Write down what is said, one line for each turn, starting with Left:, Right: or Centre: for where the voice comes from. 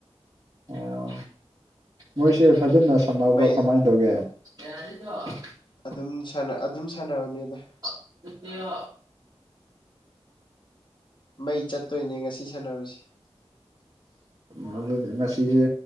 Right: ꯑꯣ ꯃꯣꯏꯁꯦ ꯐꯖꯅ ꯁꯥꯟꯅꯕ꯭ꯔꯥ
Left: ꯃꯩ
Right: ꯀꯃꯥꯏꯅ ꯇꯧꯒꯦ <unintelligible>
Left: ꯑꯗꯨꯝ ꯁꯥꯟꯅꯥ ꯑꯗꯨꯝ ꯁꯥꯟꯅꯕꯅꯤꯗ
Right: <unintelligible>
Left: ꯃꯩ ꯆꯠꯇꯣꯏꯅꯦ ꯉꯁꯤ ꯁꯥꯟꯅꯕꯁꯤ
Right: ꯃꯗꯨ ꯉꯁꯤꯁꯦ